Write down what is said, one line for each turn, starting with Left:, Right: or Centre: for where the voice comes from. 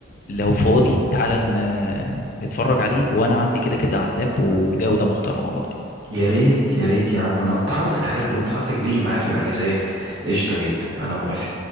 Left: لو فاضي تعالى ن- نتفرج عليه وانا عندي كده كده على اللاب وبجوده محترمه برضه
Right: يا ريت يا ريت يا عم انا انت حظك حلو انت حظك بيجي معايا في الاجازات قشطة جدا انا موافق